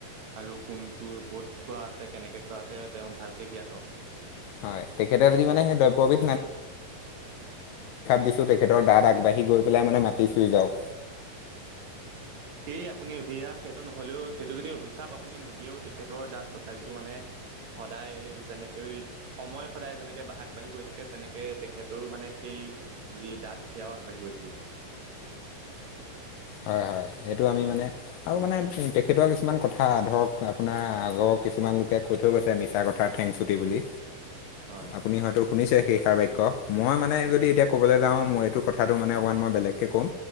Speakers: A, on the right; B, on the left.
A: আৰু কোনটো ক'ত থোৱা আছে কেনেকে থোৱা আছে তেওঁ ভালকে জ্ঞাত।
B: হয় তেখেতে যদি মানে সেই দ্ৰব্যবি
A: <unintelligible>
B: দিছোঁ তেখেতৰ দাঁত আগবাঢ়ি গৈ পেলাই মানে মাটি চুই যাওক
A: সেই আপুনি অভিশাপ সেইটো নহলেও সেইটো যদি অভিশাপ আপুনি নি এতিয়াও তেখেতৰ তাত তথাপিতো মানে সদায় যেনেকৈ সময় সদায় যেনেকে আগবাঢ়ি গৈ থাকে। তেনেকে তেখেতৰো মানে সেই যি দাঁত সেয়াও আগবাঢ়ি গৈ থাকিব। <inaudible>
B: হয় হয়। সেইটো আমি মানে আৰু মানে তেখেতৰ কিছুমান কথা ধৰক আপোনাৰ আগৰ কিছুমান লোকে কৈ কৈ থৈ গৈছে মিছা কথা থেংছুটি বুলি
A: হয়
B: আপুনি হয়তো শুনিছে শেষাৰ বাক্য মই মানে
A: হয়
B: যদি এতিয়া কবলৈ যাও মই এইটো কথাটো মানে অকণমান মই বেলেগকে ক'ম